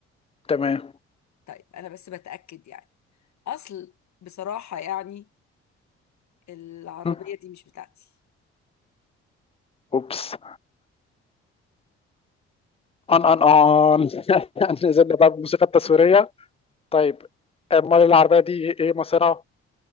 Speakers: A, on the left; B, on the left.
A: تمام
B: طيب انا بس بتأكد يعني اصل بصراحة يعني العربية
A: م.
B: دي مش بتاعتي
A: أوبس أن أن أن <laughs> نزلنا بقى بالموسيقى التصويرية طيب أمال العربية دي إيه مصيرها؟